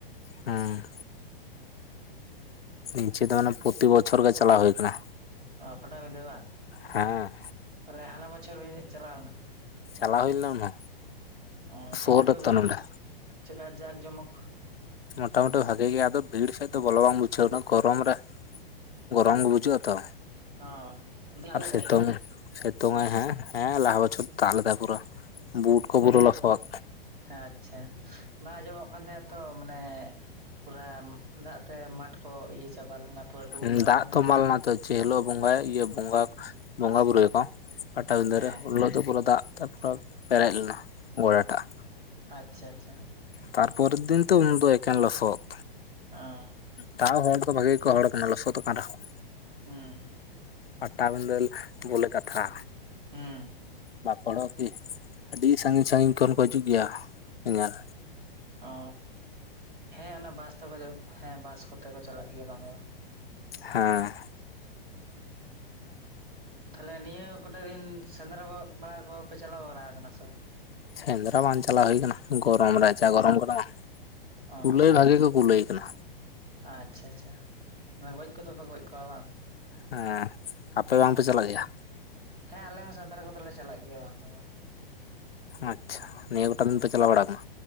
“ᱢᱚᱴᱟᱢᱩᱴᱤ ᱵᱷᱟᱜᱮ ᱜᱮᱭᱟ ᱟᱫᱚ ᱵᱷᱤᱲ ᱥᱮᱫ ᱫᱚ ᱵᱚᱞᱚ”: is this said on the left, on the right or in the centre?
Left